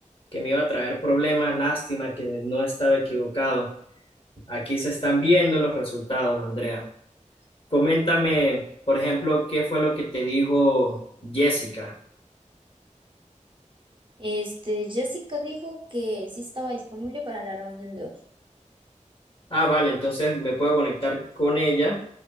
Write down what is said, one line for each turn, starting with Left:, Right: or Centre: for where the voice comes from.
Left: que me iba a traer problemas. Lástima que no estaba equivocado. Aquí se están viendo los resultados, Andrea. Coméntame, por ejemplo, qué fue lo que te dijo Jessica.
Right: Este, Jessica dijo que sí estaba disponible para la reunión de hoy.
Left: Ah, vale, entonces me puedo conectar con ella